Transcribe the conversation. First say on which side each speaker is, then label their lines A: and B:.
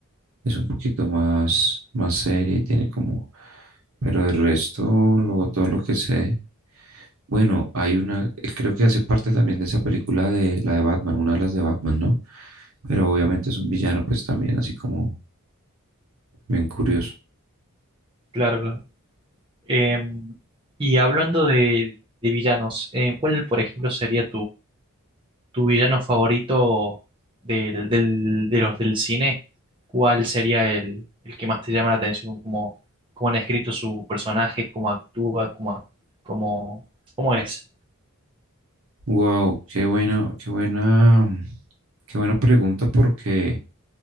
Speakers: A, on the right; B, on the right.
A: es un poquito más, más seria y tiene como, pero de resto, luego todo lo que sé, bueno, hay una, eh, creo que hace parte también de esa película de la de Batman, una de las de Batman, ¿no? Pero obviamente es un villano, pues también así como bien curioso.
B: claro, claro. Em, y hablando de, de villanos, eh, ¿cuál, por ejemplo, sería tu villano favorito del, del- de los del cine, ¿cuál sería el, el que más te llama la atención? ¿Cómo, cómo han escrito su personaje? ¿Cómo actúa? ¿Cómo, ac- cómo, cómo es?
A: Wow, qué buena, qué buena, mm, qué buena pregunta porque